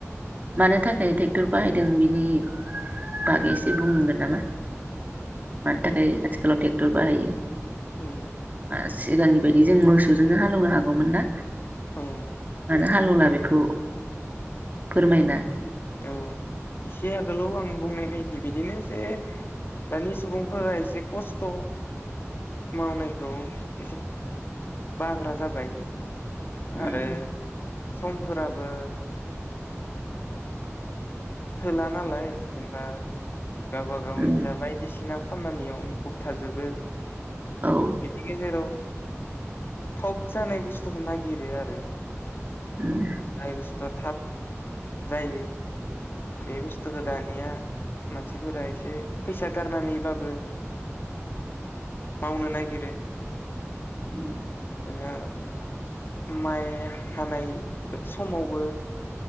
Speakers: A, on the right; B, on the left.
A: मानो थाखाय ट्रेक्टर बाहायदों बिनि बागै एसे बुंगोन नामा मानो थाखाय आथिखालाव ट्रेक्टर बाहायो?
B: औ
A: आ सिगांनि बायदि जों मोसौ जोंनो हालेवनो हागौमोन ना।
B: औ।
A: मानो हालेवला बेखौ? फोरमायना
B: औ एसे आगोलाव आं बुंनाय बायदि बिदिनो जे दानि सुबुंफोरा एसे खस्थ' मावनायखौ एसे बाग्रा जाबाय।
A: उम
B: आरो समफोराबो थोला नालाय जेनेबा गावब गावनि
A: उम
B: जा बायदिसिना खामानियाव मुखुब थाजोबो।
A: औ
B: बेनि गेजेराव थब जानाय बुस्थुखौ नागिरो आरो।
A: उम
B: जाय बुस्थुआ थाब जायो बे बुस्थुखौ दानिया मानसिफोरा एसे फैसा गारनानैबाबो मावनो नागिरो।
A: उम
B: ओ माइ हानाय समावबो